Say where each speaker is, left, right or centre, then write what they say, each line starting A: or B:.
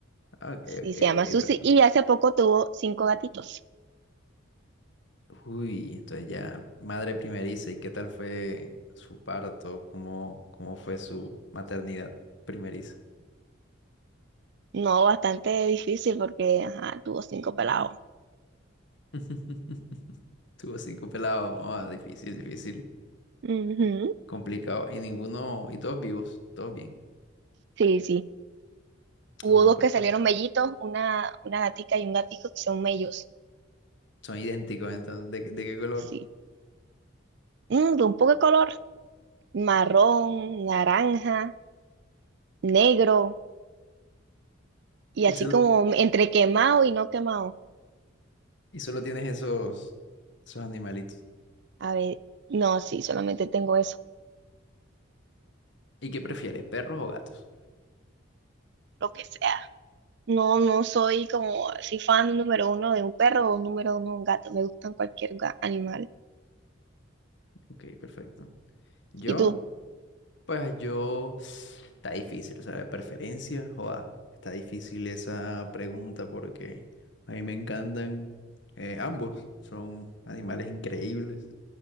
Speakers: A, on the left; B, on the right.
A: Ok,
B: Sí,
A: ok,
B: se llama
A: ok,
B: Susi.
A: perdón.
B: Y hace poco tuvo cinco gatitos.
A: Uy, entonces ya, madre primeriza, ¿y qué tal fue su parto? ¿Cómo, cómo fue su maternidad primeriza?
B: No, bastante difícil porque ajá, tuvo cinco pelados.
A: <laughs> Tuvo cinco pelados. Ah, difícil, difícil.
B: Ujú,
A: Complicado. Y ninguno, y todos vivos, todos bien.
B: Sí, sí. Hubo
A: Ah,
B: dos
A: perfecto.
B: que salieron mellitos, una, una gatica y un gatico que son mellos.
A: Son idénticos, entonces, ¿de, qué de qué color?
B: Sí. Mm, de un poco de color, marrón, naranja, negro y
A: Y
B: así
A: solo,
B: como entre quemado y no quemado.
A: y solo tienes esos, esos animalitos.
B: A ver, no, sí, solamente tengo eso,
A: ¿Y qué prefieres, perros o gatos?
B: lo que sea. No, no soy como así fan número uno de un perro o número uno de un gato. Me gustan cualquier ga- animal.
A: Ok, perfecto. Yo.
B: ¿Y tú?
A: Pues yo, está difícil, o sea, de preferencia, joda, está difícil esa pregunta porque a mí me encantan eh, ambos, son animales increíbles